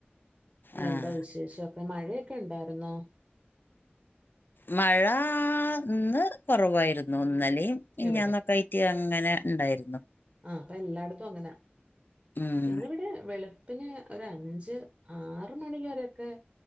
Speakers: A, on the right (about 15°); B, on the left (about 55°).
A: പിന്നെ
B: ആഹ്
A: എന്താ വിശേഷൊക്കെ മഴയൊക്കെണ്ടാര്ന്നോ
B: മഴാ ഇന്ന് കൊറവായിരുന്നു ഇന്നലേം മെനഞ്ഞാന്നൊക്കായി
A: ഇവിടെ
B: ക്ക്‌ അങ്ങനെ ഇണ്ടാരുന്നു
A: ആഹ് പ്പ എല്ലാട്ത്തും അങ്ങനാ
B: ഉം
A: ഇന്നിവിടെ വെളുപ്പിന് ഒര് അഞ്ച് ആറ് മണി വരെക്കെ